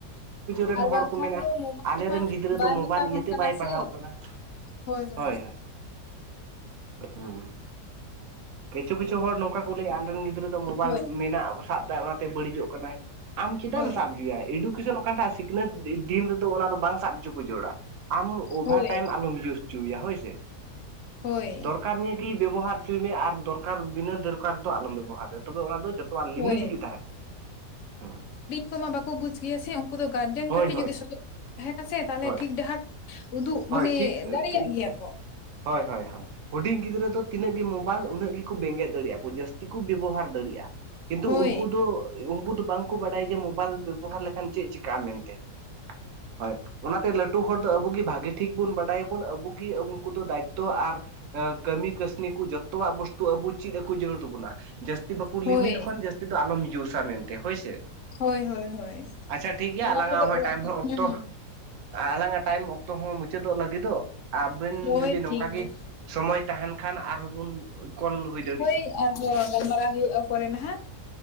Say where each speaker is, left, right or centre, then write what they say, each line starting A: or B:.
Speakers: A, on the right (about 60°); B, on the left (about 60°).
A: ᱨᱮᱱ
B: ᱟᱨ
A: ᱦᱚᱲ
B: ᱵᱟᱝᱠᱷᱟᱱ
A: ᱠᱚ ᱢᱮᱱᱟ
B: ᱫᱚ ᱢᱳᱵᱟᱭᱤᱞ
A: ᱟᱞᱮᱨᱮᱱ
B: ᱢᱟ
A: ᱜᱤᱫᱽᱨᱟᱹ
B: ᱵᱟᱭ
A: ᱫᱚ ᱢᱳᱵᱟᱭᱤᱞ
B: ᱢᱮᱛᱟ ᱵᱚᱱ
A: ᱤᱭᱟᱹᱛᱮ
B: ᱠᱟᱱᱟ
A: ᱵᱟᱭ ᱯᱟᱲᱦᱟᱣ
B: ᱥᱮ᱾
A: ᱠᱟᱱᱟ
B: ᱦᱳᱭ ᱦᱳᱭ᱾
A: ᱦᱳᱭ ᱦᱳᱭ, ᱦᱩᱸ᱾ ᱠᱤᱪᱷᱩ ᱠᱤᱪᱷᱩ ᱦᱚᱲ ᱱᱚᱝᱠᱟ ᱠᱚ ᱞᱟᱹᱭᱮᱜ-ᱟ ᱟᱞᱮᱨᱮᱱ ᱜᱤᱫᱽᱨᱟᱹ ᱫᱚ ᱢᱳᱵᱟᱭᱤᱞ
B: ᱦᱳᱭ
A: ᱢᱮᱱᱟᱜ, ᱥᱟᱵ ᱫᱟᱭ ᱚᱱᱟᱛᱮ ᱵᱟᱹᱲᱤᱡᱚᱜ ᱠᱟᱱᱟᱭ᱾ ᱟᱢ ᱪᱮᱫᱟᱜ
B: ᱦᱳᱭ
A: ᱮᱢ ᱥᱟᱵ ᱚᱪᱚᱣᱟᱭ ᱮᱰᱩ ᱠᱮᱥᱚᱱ ᱚᱠᱟᱴᱟᱜ ᱥᱤᱠᱷᱱᱟᱹᱛ ᱫᱤᱱ ᱨᱮᱫᱚ ᱚᱱᱟ ᱫᱚ ᱵᱟᱝ ᱥᱟᱵ ᱦᱚᱪᱚ ᱠᱚ ᱡᱟᱹᱨᱩᱹᱲᱟ ᱟᱢ ᱚᱵᱷᱟᱨ
B: ᱦᱳᱭ
A: ᱴᱟᱭᱤᱢ ᱟᱞᱚᱢ ᱤᱭᱩᱡᱽ ᱚᱪᱚᱣᱟᱭᱟ ᱦᱳᱭ ᱥᱮ᱾
B: ᱦᱳᱭ᱾
A: ᱫᱚᱨᱠᱟᱨ ᱱᱤᱭᱟᱹᱜᱮ ᱵᱮᱵᱚᱦᱟᱨ ᱚᱪᱚᱭ ᱢᱮ ᱟᱨ ᱫᱚᱨᱠᱟᱨ, ᱵᱤᱱᱟᱹ ᱫᱚᱨᱠᱟᱨ ᱫᱚ ᱟᱞᱚᱢ ᱵᱮᱵᱚᱦᱟᱨᱟ᱾ ᱛᱚᱵᱮ ᱚᱱᱟ ᱫᱚ ᱡᱚᱛᱚᱣᱟᱜ
B: ᱦᱳᱭ
A: ᱞᱤᱢᱤᱴ ᱜᱮ ᱛᱟᱸᱦᱮᱱᱟ, ᱦᱩᱸ᱾
B: ᱠᱚ ᱢᱟ ᱵᱟᱠᱚ ᱵᱩᱡᱽ ᱜᱮᱭᱟ ᱥᱮ, ᱩᱱᱝᱠᱩ ᱫᱚ ᱜᱟᱨᱡᱮᱱ
A: ᱦᱳᱭ
B: ᱠᱟᱹᱴᱤᱡ
A: ᱦᱳᱭ
B: ᱡᱩᱫᱤ ᱥᱚᱡᱚᱜ ᱠᱚ ᱛᱟᱸᱦᱮᱱᱟ ᱥᱮ ᱛᱟᱦᱞᱮ
A: ᱦᱳᱭ
B: ᱴᱷᱤᱠ ᱰᱟᱦᱟᱨ ᱩᱫᱩᱜ
A: ᱦᱳᱭ
B: ᱢᱟᱱᱮ
A: ᱴᱷᱤᱠ
B: ᱫᱟᱲᱮᱭᱟᱜ
A: ᱴᱷᱤᱠ
B: ᱜᱮᱭᱟ ᱠᱚ᱾
A: ᱦᱳᱭ ᱦᱳᱭ ᱦᱳᱭ᱾ ᱦᱩᱰᱤᱧ ᱜᱤᱫᱽᱨᱟᱹ ᱫᱚ ᱛᱤᱱᱟᱹᱜ ᱜᱮ ᱢᱳᱵᱟᱭᱤᱞ ᱩᱱᱟᱹᱜ ᱜᱮᱠᱚ ᱵᱮᱸᱜᱮᱫ ᱫᱟᱲᱮᱭᱟᱜ-ᱟ ᱠᱚ ᱡᱟᱹᱥᱛᱤ ᱛᱮᱠᱚ ᱵᱮᱵᱚᱦᱟᱨ ᱫᱟᱲᱮᱭᱟᱜ-ᱟ, ᱠᱤᱱᱛᱩ
B: ᱦᱳᱭ
A: ᱩᱱᱠᱩ ᱫᱚ ᱩᱱᱠᱩ ᱫᱚ ᱵᱟᱝᱠᱚ ᱵᱟᱰᱟᱭᱟ ᱡᱮ ᱢᱳᱵᱟᱭᱤᱞ ᱵᱮᱵᱚᱦᱟᱨ ᱞᱮᱠᱷᱟᱱ ᱪᱮᱫ ᱪᱤᱠᱟᱹᱜ-ᱟ ᱢᱮᱱᱛᱮ, ᱦᱳᱭ᱾ ᱚᱱᱟ ᱛᱮ ᱞᱟᱹᱴᱩ ᱦᱚᱲ ᱫᱚ ᱟᱵᱚ ᱜᱮ ᱵᱷᱟᱹᱜᱤ ᱴᱷᱤᱠ ᱵᱚᱱ ᱵᱟᱰᱟᱭᱟᱵᱚᱱ ᱟᱵᱩ ᱜᱮ ᱟᱵᱩ ᱠᱚᱫᱚ ᱫᱟᱭᱤᱛᱛᱚ ᱟᱨ ᱠᱟᱹᱢᱤ ᱠᱟᱹᱥᱱᱤ ᱠᱚ ᱡᱚᱛᱚᱣᱟᱜ ᱵᱚᱥᱛᱩ ᱟᱵᱚ ᱪᱮᱫ ᱟᱠᱩ ᱡᱟᱹᱨᱲ ᱛᱟᱵᱚᱱᱟ ᱡᱟᱹᱥ ᱛᱤ ᱵᱟᱠᱩ ᱞᱤᱢᱤᱴ
B: ᱦᱳᱭ
A: ᱠᱷᱚᱱ ᱡᱟᱹᱥᱛᱤ ᱫᱚ ᱟᱞᱚᱢ ᱤᱭᱩᱥᱟ ᱢᱮᱱᱛᱮ ᱦᱳᱭ ᱥᱮ
B: ᱦᱳᱭ ᱦᱳᱭ ᱦᱳᱭ
A: ᱟᱪᱪᱷᱟ ᱴᱷᱤᱠᱜᱮᱭᱟ
B: ᱚᱱᱟ
A: ᱟᱞᱟᱝ
B: ᱠᱚᱫᱚ
A: ᱟ ᱦᱚᱸ
B: ᱚᱲᱟᱜ
A: ᱴᱟᱭᱤᱢ ᱦᱚᱸ ᱚᱠᱛᱚ
B: ᱦᱮᱸ
A: ᱟᱞᱟᱝ ᱟᱜ ᱴᱟᱭᱤᱢ ᱚᱠᱛᱚ ᱦᱚᱸ ᱢᱩᱪᱟᱹᱫᱚᱜ ᱞᱟᱹᱜᱤᱫᱚᱜ ᱟᱵᱮᱱ
B: ᱦᱳᱭ
A: ᱡᱩᱫᱤ ᱱᱚᱝᱠᱟ
B: ᱴᱷᱤᱠ ᱜᱮᱭᱟ
A: ᱜᱮ ᱥᱚᱢᱚᱭ ᱛᱟᱦᱮᱱ ᱠᱷᱟᱱ ᱟᱨᱦᱚᱸ ᱵᱚᱱ ᱠᱚᱞ ᱦᱩᱭᱩᱜ
B: ᱦᱳᱭ ᱟᱨᱦᱚᱸ ᱜᱟᱞᱢᱟᱨᱟᱣ ᱦᱩᱭᱩᱜᱼᱟ ᱯᱚᱨᱮ ᱱᱟᱦᱟᱜ